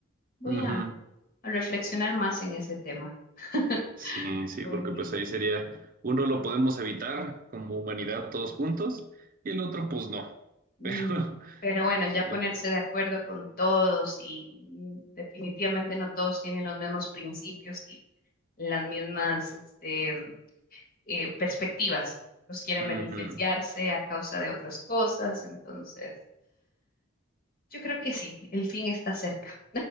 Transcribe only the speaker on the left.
Voy
a, a reflexionar más en ese tema. <laughs>
Bueno.
Mm,
Pero bueno, ya
ponerse
de acuerdo con todos y mm, definitivamente no todos tienen los mismos principios y las mismas este, eh, perspectivas. Los quieren
beneficiarse a causa de otras cosas. Entonces, yo creo que sí, el fin está cerca.